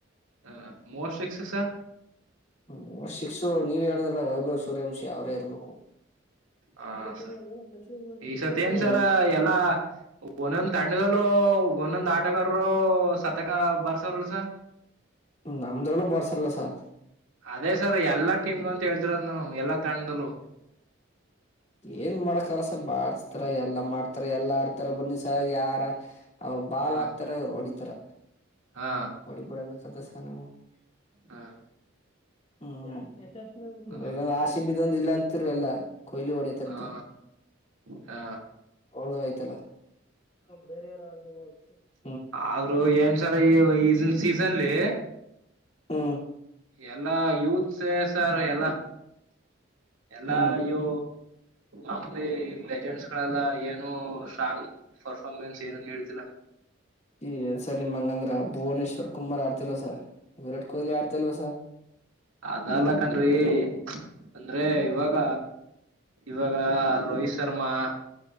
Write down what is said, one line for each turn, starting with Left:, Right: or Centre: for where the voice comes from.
Right: ಹಾ ಮೋಸ್ಟ್ ಪಿಕ್ಸಸ್ ಸರ್
Left: ಹ್ಮ ಶಿಕ್ಸು ನೀವ ಹೇಳಿದ್ರೆ ನಾ ವೈಭವ್ ಸೂರ್ಯಾಂಶಿ ಅವರೇ ಇರ್ಬೇಕು
Right: ಹ
Left: ಹೇಳಿದ ಬಂದಿ
Right: ಸರ್
Left: ಅ ಏನ ಕನಪೂಜ್
Right: ಈ
Left: ಇದ್
Right: ಸತಿ
Left: ಮಾಡ್ದೇವ
Right: ಏನ್ ಸರ್ ಎಲ್ಲಾ ಒಂದೊಂದ್ ತಂಡದಲ್ಲೂ ಒಂದೊಂದ್ ಆಟಗಾರರು ಸತಕ ಬಾರ್ಸರಲ ಸರ್
Left: ನಮದರಲ ಬಾರಸರ್ಲ್ಲ ಸರ್
Right: ಅದೇ ಸರ್ ಎಲ್ಲಾ ಟೀಮಗಳು ಅಂತ ಹೇಳ್ತಿರೋ ನಾನು ಎಲ್ಲಾ ತಾಣದಲ್ಲೂ
Left: ಏನ್ ಮಾಡಕ ಆಗಲ್ ಸರ್ ಬಾರಿಸ್ತಾರ ಎಲ್ಲಾ ಮಾಡ್ತಾರ ಎಲ್ಲಾ ಆಡ್ತ ತರ ಬನ್ನಿ ಸ ಯಾರ ಅವ್ರರು ಬಾಲ್
Right: ಹ
Left: ಹಾಕ್ತಾರ ಅವರು ಹೊಡಿತಾರ
Right: ಹಾ
Left: ಬಡಿ ಬಡ <unintelligible>
Right: ಹಾ
Left: ಹ್ಮ್
Right: ಹಾ
Left: ಆಸೆ ಬಿದೊಂದ ಇಲ್ಲ ಅಂತರು ಎಲ್ಲಾ ಕೊಹ್ಲಿ ಹೊಡಿ ತನಕ
Right: ಹಾ ಹಾ
Left: ಅವೌದು ಆಯ್ತಲ್ಲ ಬೇರೆಯವ್ರೂ ಹೋಗ <unintelligible>
Right: ಆದ್ರೂ ಏನ್ ಸರ ಈ ಈನ್ ಸೀಸನ್ಲಿ
Left: ಹುಂ
Right: ಎಲ್ಲಾ ಯೂತ್ಸ ಸರ್ ಎಲ್ಲ ಎಲ್ಲ
Left: ಹ್ಮ್
Right: ಇ್ಯ ಆಮಲೆ ಈ ಲೆಜೆಂಡ್ಸ್ ಗಳೆಲ್ಲ ಏನು ಸ್ಟ್ರಾಂಗ್ ಪರ್ಫಾರ್ಮೆನ್ಸ್ ಏನನ್ ಹೇಳತಿಲಾ
Left: ಈ ಏನ್ ಸರ್ ನಿಮ್ ಹಂಗಂದ್ರ ಭುವನೇಶ್ವರ್ ಕುಮಾರ್ ಆಡ್ತಿಲ್ವ ಸ ವಿರಾಟ್ ಕೊಹ್ಲಿ ಆಡ್ತಿಲ್ವ ಸರ್
Right: ಅದಲ್ಲಕನರೀ ಅಂದ್ರೆ
Left: ಹ್ಮ್
Right: ಇವಾಗ ಈಗ ಇವಾಗ ರೋಹಿತ್ ಶರ್ಮಾ